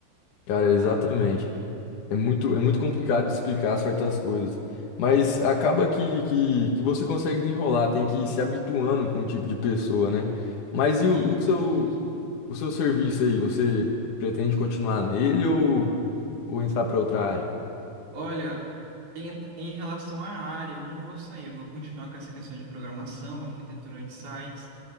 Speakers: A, on the left (about 55°); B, on the right (about 65°).
A: Cara, exatamente.
B: Cara,
A: É muito, é muito complicado de explicar certas coisas. Mas acaba que, que, que você consegue desenrolar, tem que ir se habituando com o tipo de pessoa, né? Mas e
B: isso,
A: o, o seu,
B: isso.
A: O seu serviço aí, você pretende continuar nele ou, ou entrar para outra área?
B: Olha, em, em relação à área, eu não vou sair, eu vou continuar com essa questão de programação, arquitetura de sites.